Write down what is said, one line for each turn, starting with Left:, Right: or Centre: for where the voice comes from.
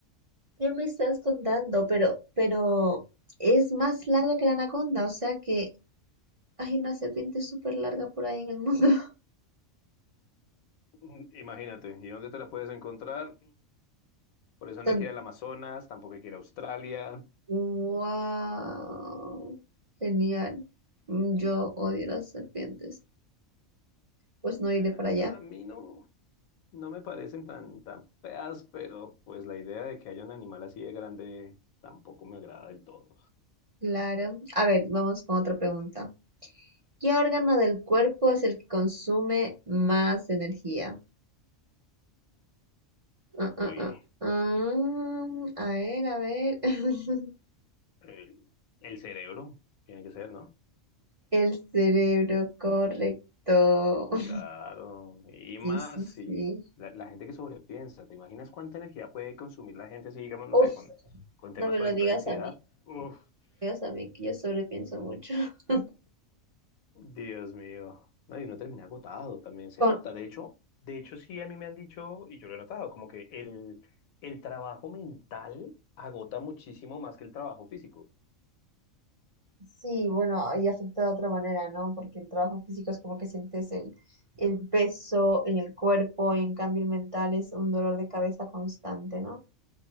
Right: ¿qué me estás contando? Pero, pero es más larga que la anaconda, o sea que Hay una serpiente súper larga por ahí en el mundo. <laughs>
Left: Mm, Imagínate, ¿y dónde te la puedes encontrar? Por eso
Right: Bastante.
Left: no hay que ir al Amazonas, tampoco hay que ir a Australia.
Right: Wow, genial. Mm, Yo odio las serpientes. Pues no
Left: Eh,
Right: iré para allá.
Left: a mí no, no me parecen tan, tan feas, pero pues la idea de que haya un animal así de grande tampoco me agrada del todo.
Right: Claro. A ver, vamos con otra pregunta. ¿Qué órgano del cuerpo es el que consume más energía? Ah,
Left: Uy,
Right: ah, ah, ah, A ver, a ver. <laughs>
Left: el, el cerebro tiene que ser, ¿no?
Right: El cerebro, correcto. <laughs>
Left: Claro, y
Right: Sí,
Left: más
Right: sí,
Left: si
Right: sí.
Left: la, la gente que sobrepiensa, ¿te imaginas cuánta energía puede consumir la gente si, digamos, no sé,
Right: Uf,
Left: con, con temas,
Right: no me
Left: por
Right: lo
Left: ejemplo,
Right: digas
Left: de ansiedad?
Right: a mí.
Left: Uf.
Right: No me digas a mí que yo sobrepienso mucho. <laughs>
Left: Dios mío. No, y uno termina agotado también, se
Right: Con
Left: nota. De hecho, de hecho, sí, a mí me han dicho, y yo lo he notado, como que el, el trabajo mental agota muchísimo más que el trabajo físico.
Right: Sí, bueno, y afecta de otra manera, ¿no? Porque el trabajo físico es como que sientes el, el peso en el cuerpo y en cambio el mental es un dolor de cabeza constante, ¿no?